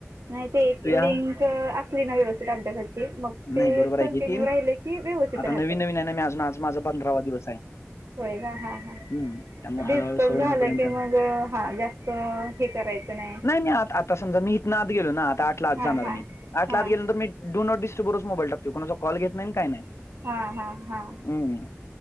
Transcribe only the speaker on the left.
या
नाही
बरोबर आहे
की ती
आता
नवीन नवीन आहे ना मी अजून आज माझा पंधरावा दिवस आहे
हम्म त्यामुळे हळूहळू
सवय
होईपर्यंत
नाही मी आं आंता समजां मी इथनां आंत गेलो नां आंता आंठ लां
आंत जाणारं
मी आंठ
लांत गेलो तरं मी डूं नॉट डिस्टर्बरच मोबाईल टाकतो कोणांचा कॉल घेतं नाहीं कांहीं नाहीं